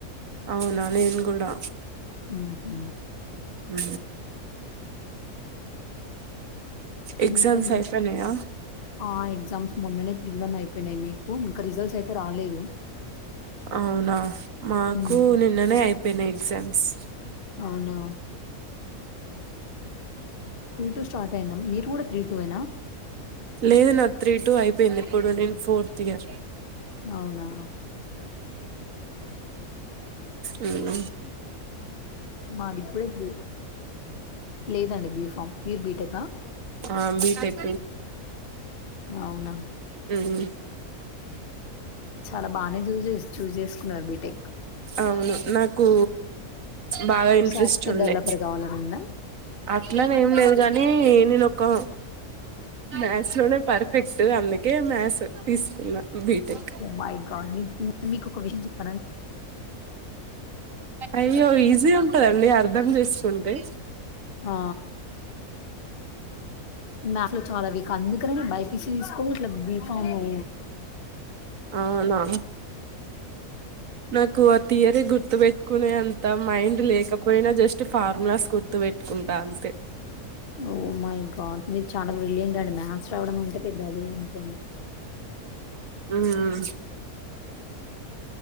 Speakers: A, on the right; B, on the left.
A: అవునా నేను కూడా
B: ఆహా
A: హ ఎగ్జామ్స్
B: ఇంకా
A: అయిపోయినాయా
B: ఏ- ఆ ఎగ్జామ్స్ మొన్ననే త్రీ వన్ అయిపోయినాయి మీకు ఇంకా రిజల్ట్స్ అయితే రాలేదు
A: అవునా మాకు
B: ఉమ్,
A: నిన్ననే అపో అయిపోయినాయ్ ఎగ్జామ్స్
B: అవునా టూ టూ స్టార్ట్ అయినాం మీరు కూడా త్రీ టూ ఏనా
A: లేదు నా త్రీ టూ అయిపోయింది ఇప్పుడు నేను ఫోర్త్ ఇయర్
B: అవునా
A: అవు
B: మాది ఇప్పుడే లేదండి గిఫ్ మీర్ బీటెకా
A: ఆ బీటెక్
B: అవునా?
A: మ్
B: చాలా బాగానే చూస్ చేస్ చూస్ చేసుకున్నారు బీటెక్
A: అవును నాకు బాగా ఇంట్రెస్ట్
B: సాఫ్ట్వేర్
A: ఉండే
B: డెవలపర్ కావాలని ఉందా
A: అట్లనే ఏం లేదు కాని నేను క్కో మ్యస్ లోనేె పర్ఫెక్ట్ అంద్ గే మ్యాస్ తీసుకున్నా బీటెక్
B: మగాడ్ని <unintelligible> మీకు ఒక విషయం చెప్
A: అయ్యో ఈజీ ఉంటదండి అర్ధం చేస్ ఉంటే
B: ఆ మ్యాక్స్లో చాలా వీక్ అందుకనే బైపీసి తీసుకో ఇట్ల బీఫామ్ అ
A: అవునా? నాకు ఆ థియరీ గుర్తు పెట్టుకునే అంత మైండ్ లేకపోయినా జస్ట్ ఫార్ములాస్ గుర్ ర్తు పెట్కుంటా అంతే
B: ఓ మై గాడ్ మీరు చాలా బ్రిలియంట్ అండి మ్యాథ్స్ రావడం అంటే పెద్దది అనుకోండి
A: ఉమ్